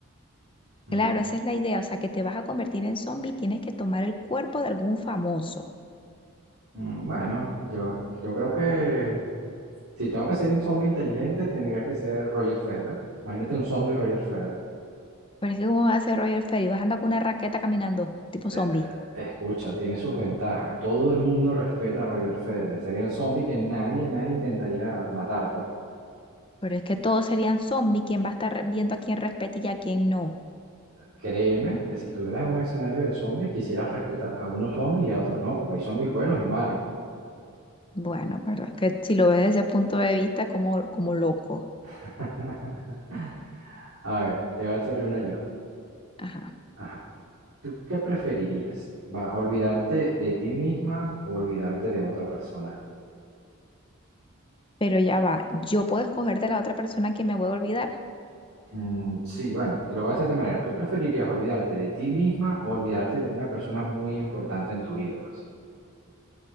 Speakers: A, on the right (about 80°); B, on the left (about 25°).
A: mm,
B: Claro, esa es la idea, o sea, que te vas a convertir en zombie y tienes que tomar el cuerpo de algún famoso.
A: mm, bueno, yo, yo creo que Si tengo que ser un zombie inteligente, tendría que ser Roger Federer. Imagínate un zombie Roger Federer.
B: Pero es que ¿cómo va a ser Roger Ferry? Vas a andar con una raqueta caminando, tipo
A: Eh,
B: zombie.
A: Escucha, tiene sus ventajas. Todo el mundo respeta a Roger Federer. Sería el zombie que nadie, nadie intentaría matar, pues.
B: Pero es que todos serían zombie, ¿quién va a estar re- viendo a quién respeta y a quién no?
A: Créeme que si estuvieras en un escenario de zombies, quisieras respetar a unos zombies y a otros no, porque hay zombies buenos y malos.
B: Bueno, pero es que si lo ves desde ese punto de vista, como, como loco.
A: <laughs> A ver, te voy a hacer una yo.
B: Ajá.
A: Ajá. ¿Tú qué preferirías? ¿Va, olvidarte de ti misma o olvidarte de otra persona?
B: Pero ya va, yo puedo escoger de la otra persona que me voy a olvidar.
A: Mm, sí, bueno, te lo voy a hacer de esta manera. ¿Tú preferirías olvidarte de ti misma o olvidarte de una persona muy importante en tu vida? Pues